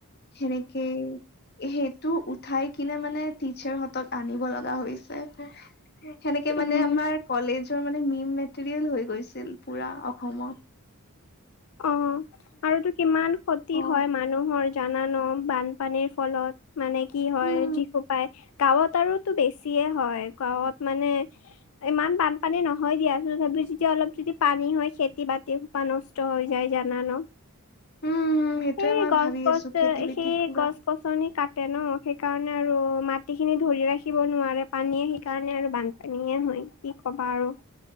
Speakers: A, on the left; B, on the left.
A: সেনে উম। সেইটো উঠাই কিনে মানে টিচাৰ হতত আনিব লগা হৈছে। সেনেকে
B: উম
A: মানে আমাৰ কলেজৰ মানে মিম মেটেৰিয়েল হৈ গৈছিল পুৰা অসমত।
B: অ', আৰু টো কিমান ক্ষতি
A: অ
B: হয় মানুহৰ জানো ন বানপানীৰ ফলত? মানে কি হয়
A: উম
B: যীশোপাই গাঁৱত আৰুতো বেছিয়ে হয়, গাঁৱত মানে ইমান বানপানী নহয় দিয়াচোন তথাপি যেতিয়া অলপ যদি পানী হয় খেতি বাতি হুপা নষ্ট নষ্ট হৈ যায় জানা ন?
A: উম সেইটোয়ে
B: সেই
A: মই
B: গছ-গছ
A: ভাবি আছো
B: যে,
A: খেতি বাতি
B: সেই
A: পুৰা
B: গছ গছনি কাটে ন সেইকাৰণে আৰু মাটিখিনি ধৰি ৰাখিব নোৱাৰে পানীয়ে সেইকাৰণে আৰু বান্ধি পানীয়ে হয় কি কবা আৰু।